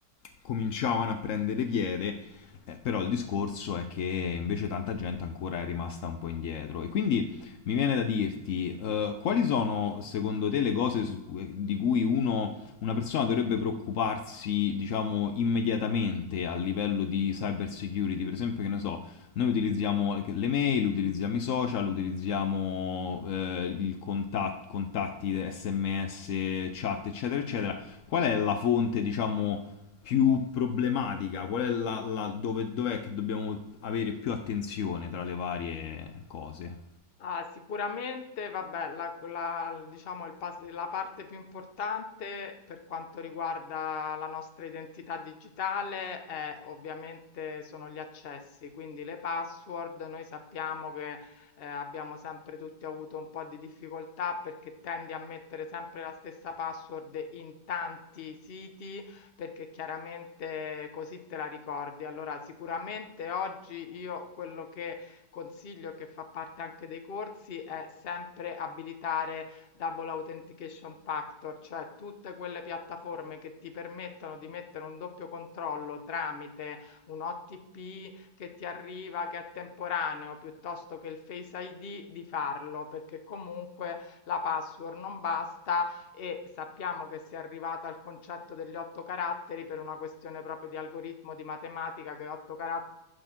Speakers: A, on the left; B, on the left.
A: cominciavano a prendere piede, eh, però il discorso è che invece tanta gente ancora è rimasta un po' indietro. E quindi mi viene da dirti, eh, quali sono secondo te le cose su cui- di cui uno, una persona dovrebbe preoccuparsi, diciamo, immediatamente a livello di cyber security? Per esempio, che ne so noi utilizziamo le mail, utilizziamo i social, utilizziamo eh, il contat- contatti, SMS, chat, eccetera, eccetera. Qual è la fonte, diciamo, più problematica? Qual è la, la- dove, dov'è che dobbiamo avere più attenzione tra le varie cose?
B: Ah, sicuramente, vabbè, la, la- diciamo il pas- la parte più importante per quanto riguarda la nostra identità digitale è ovviamente sono gli accessi, quindi le password. Noi sappiamo che eh, abbiamo sempre tutti avuto un po' di difficoltà perché tendi a mettere sempre la stessa password in tanti siti perché chiaramente così te la ricordi. Allora, sicuramente oggi io quello che consiglio che fa parte anche dei corsi è sempre abilitare Double Authentication Factor, cioè tutte quelle piattaforme che ti permettono di mettere un doppio controllo tramite un OTP che ti arriva, che è temporaneo, piuttosto che il Face ID, di farlo, perché comunque la password non basta e sappiamo che si è arrivato al concetto degli otto caratteri per una questione proprio di algoritmo di matematica che otto caratteri